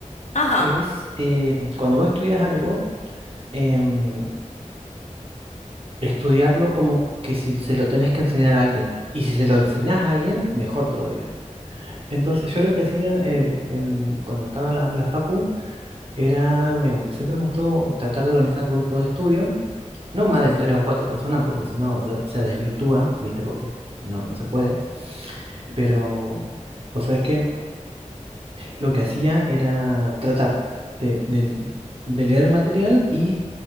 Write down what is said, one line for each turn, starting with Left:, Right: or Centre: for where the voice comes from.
Left: Ajá.
Right: que es eh, cuando vos estudias algo, em, estudiarlo como que si se lo tenés que enseñar a alguien. Y si se lo enseñás a alguien, mejor todavía. Entonces yo lo que hacía eh, en- cuando estaba en la, en la facu era, me, gu- siempre me gustó tratar de organizar grupos de estudio, no más
Left: Ujú,
Right: de tres o cuatro personas porque si no se, se desvirtúa, ¿viste? Porque no, no se puede,
Left: ujú,
Right: pero pues sabes que lo que hacía era tratar de, del- de leer el material y